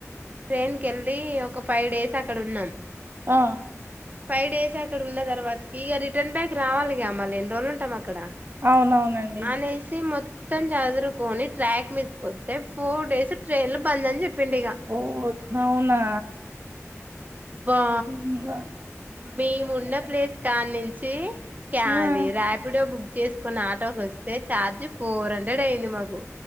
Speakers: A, on the right; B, on the right.
A: ట్రైన్ కెళ్లి ఒక ఫైవ్ డేస్ అక్కడ ఉన్నాం.
B: ఆ
A: ఫైవ్ డేస్ అక్కడ ఉన్న తర్వాతకి ఇక రిటర్న్ బ్యాక్ రావాలి గా మళ్ళి ఎన్ని రోజులు ఉంటాం. అ అక్కడ
B: అవునవునండి
A: అనేసి మొత్తం. మొత్తం చదురుకొని ట్రాక్ మీదికొస్తే ఫోర్ డేస్ ట్రైన్లు బంద్ అని చెప్ప పిండిగా
B: ఓ అవునా
A: అబ్బా.
B: హ్మ్.
A: మేమున్న ప్లేస్ దానుంచి క్యాదిరా
B: ఆ
A: బుక్ చేసుకున్న ఆటోకి వస్తే ఛార్జ్ ఫోర్ హండ్రెడ్ అయింది. మాకు